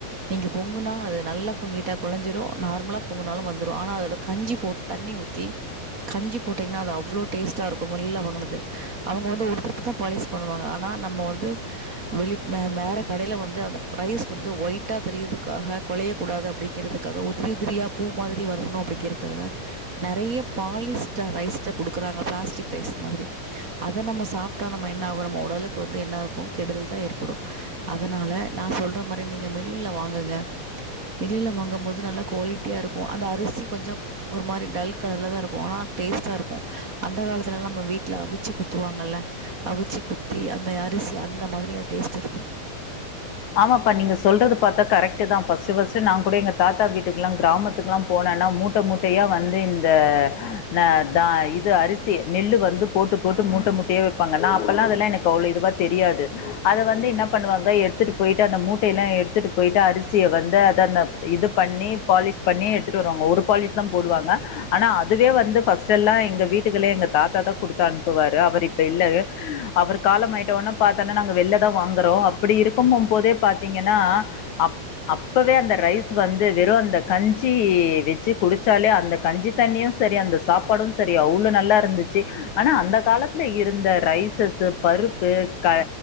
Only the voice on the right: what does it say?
நீங்க பொங்குனா அது நல்லா பொங்கிட்டா கொழஞ்சிரு நார்மலா பொங்குனாலு வந்துரு ஆனா அதோட கஞ்சி போட் தண்ணி ஊத்தி கஞ்சி போட்டீங்கன்னா அது அவ்ளோ டேஸ்ட்டா இருக்கு மெல்லுல வாங்குனது அவங்க வந்து ஒரு ட்ரிப் தா பாலிஸ் பண்ணுவாங்க ஆனா நம்ம வந்து வெளி வே வேற கடையில வந்து அந்த ரைஸ் வந்து ஒய்ட்டா தெரியறதுக்காக கொழையக்கூடாது அப்டிங்குறதுக்காக உதிரி உதிரியா பூ மாதிரி வரணும் அப்டிங்குறக்காக நெறைய பாலிஸ்ட்ட ரைஸ்தா குடுக்குறாங்க பிளாஸ்டிக் ரைஸ் மாதிரி அத நம்ம சாப்ட்டா நம்ம என்னாகுவோ நம்ம ஒடலுக்கு வந்து என்னாகும் கெடுதல் தா ஏற்படு அதனால நா சொல்ற இந்த மாரி நீங்க மில்லுல வாங்குங்க மில்லுல வாங்கும் போது நல்லா குவாலிட்டியா இருக்கு அந்த அரிசி கொஞ்சோ ஒரு மாரி டல் கலர்ல தா இருக்கு ஆனா டேஸ்ட்டாருக்கு அந்த காலத்துலலா நம்ம வீட்ல அவுச்சி குத்துவாங்கல்ல அவிச்சி குத்தி அந்த அரிசி அந்த மாதிரியா டேஸ்ட்டிருக்கு